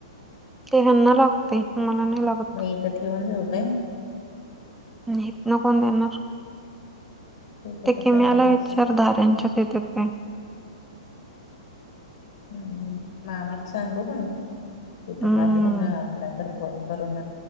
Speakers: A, in the centre; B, on the left.
A: ते हना लागते मला नाही लागत.
B: मग इथं ठेवून जाऊ काय.
A: नाही न कोण देणार.
B: तू कुठं
A: ते किमला
B: तर आलीस
A: विचार दार्यांच्या देतात का.
B: ह् मामाात सांगू मग तिथ
A: हम्म
B: खाली म्हणला तर फोन. करून